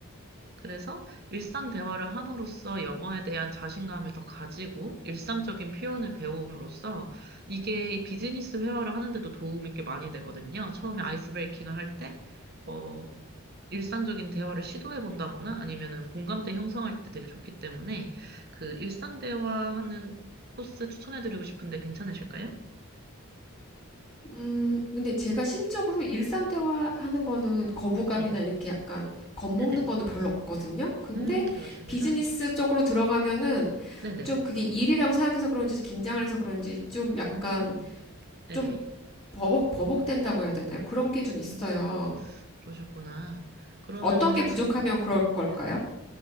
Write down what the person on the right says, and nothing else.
그래서 일상 대화를 함으로써 영어에 대한 자신감을 더 가지고 일상적인 표현을 배움으로써 이게 비즈니스 회화를 하는데도 도움이 꽤 많이 되거든요. 처음에 아이스 브레이킹을 할 때, 어, 일상적인 대화를 시도해 본다거나 아니면은 공감대 형성할 때 되게 좋기 때문에 그 일상 대화하는 코스 추천해 드리고 싶은데 괜찮으실까요?
네,
네네.
음, 그러시구나.
네네.
음, 네네.
음.
그러셨구나. 그러면은,
네네.